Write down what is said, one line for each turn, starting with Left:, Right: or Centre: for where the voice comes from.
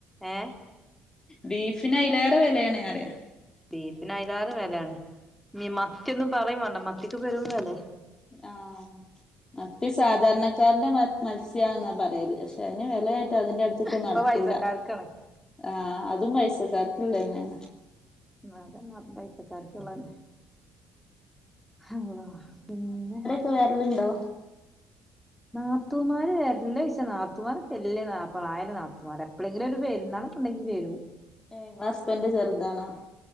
Centre: ഏഹ്
Left: ബീഫിന് അയിലേറെ വെലേണ് അറിയ
Centre: ബീഫിന് അതാരം വിലയാണ് ന മത്തിയൊന്നും പറയും വേണ്ട മത്തിക്ക് പെരും വില
Left: ആഹ് മത്തി സാധാരണക്കാരന്റെ മത്സ്യണെന്നാ പറയൽ പക്ഷെ അതിന് വിലയായിട്ടാ അതിന്റെ അടുത്തൊക്കെ
Centre: ഇപ്പൊ
Left: നടത്തൂടാ
Centre: പൈസക്കാർക്കാണ്
Left: ആഹ് അതും പൈസക്കാർക്കില്ല തന്നെയാണ്
Centre: അത് തന്നെ പൈസക്കാർക്കള്ളന്നെ അല്ലാഹ് പിന്നെ
Left: വേരലുണ്ടോ
Centre: നാത്തുമാര് വേരൽ ചെയ്യിച്ച നാത്തുമാർ എല്ല നാ ആയിര നാത്തമാർ എപ്പോഴെങ്കിലും ഒരു പെരുന്നാള്ും ഉണ്ടങ്കിൽ വരും
Left: ഏയ് നിങ്ങള ഹസ്ബന്ഡറ് ചെറുതാണോ